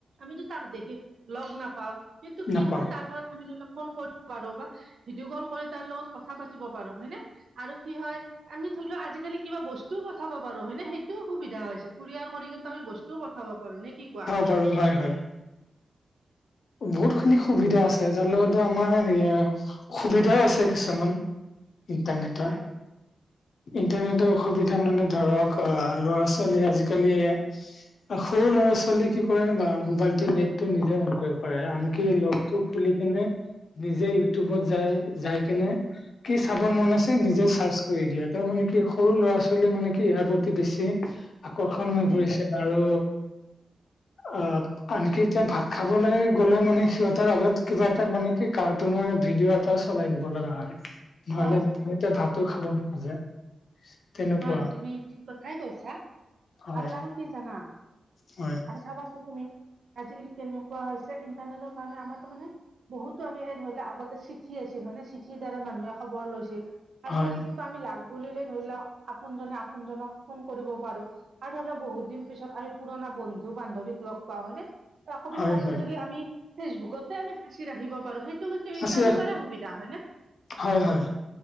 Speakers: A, on the right; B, on the left.
A: আমিতো তাক দেখি লগ নাপাও। কিন্তু কি
B: নাপাওঁ
A: হয় তাৰ ফলত আমি ধৰি ল ফোন কৰ। পাৰো বা ভিডিঅ' কল কৰি তাৰ লগত কথা পাতিব পাৰো হয়নে আৰু কি হয় আমি। ধৰি ল আজিকালি কিবা বস্তু পঠাব পাৰো হয় নে সেইটোও সুবিধা হৈছে কুৰিয়াৰ কৰি কিন্তু আমি বস্তুও পঠাব। পাৰো নে কি কোৱা।
B: পাৰো হয় হয়। বহুত খিনি সুবিধা আছে যাৰ লগত আমাৰ হেৰি আ। সুবিধাই আছে কিছুমান ইন্টাৰনেটৰ।
A: হয়
B: ইণ্টানেটৰ অসুবিধা মানে ধৰক ল'ৰা- ছোৱালী আজিকালি। আ সৰু লৰা। ছোৱালী কি কৰে বা মোবাইলটো নেটটো নিজে অন কৰিব পাৰে আনকি লক টো খুলি কিনে। নিজেই উটিউবত যায় যাই কিনে। কি চাব মন আছে নিজে চাৰ্চ কৰি দিয়ে তেওঁ মানে কি সৰু ল'ৰা ছোৱালীয়ে মানে কি ইয়াৰ প্ৰতি বেছি। আকৰ্ষণ হৈ
A: উম
B: পৰিছে আৰু আ। আনকি এতিয়া ভাত খাবলে গ'লেও মানে সিহতৰ আগত কিবা এটা মানে কি কাৰ্টুনৰ ভিডিঅ'। টা চলাই দিব লগা হয় নহলে
A: হয়
B: সিহঁতে ভাতো খাব নোখোজে। তেনেকুৱা
A: হয় তুমি ঠিক কথাই কৈছা
B: হয়,
A: আৰু আৰু কি জানা।
B: হয়।
A: আৰু চাবাচোন তুমি আজিকালি কেনেকুৱা হৈছে ইণ্টাৰনেটৰ কাৰণে আমাৰ তো মানে। বহুতো আমি এই ধৰি লও আগতে চিঠি আছিল হয় নে চিঠিৰ দ্বাৰা মানুহে খবৰ লৈছিল।
B: হয়,
A: আজিকালি কিন্তু আমি লাগ বুলিলে ধৰি ল আপোনজনে আপোনজনক ফোন কৰিব পাৰো। আৰু ধৰি ল বহুত দিন পিছত আমি পুৰণা বন্ধু - বান্ধৱীক লগ পাও হয়নে। <inaudible> কপি
B: হয়,
A: ফটো
B: হয়
A: তুলি আমি ফেচবুকতে আমি সাঁচি ৰাখিব পাৰো সেই। <inaudible> ইণ্টাৰনেটৰ
B: আছে
A: সুবিধা হয় নে।
B: হয়, হয়, হয়।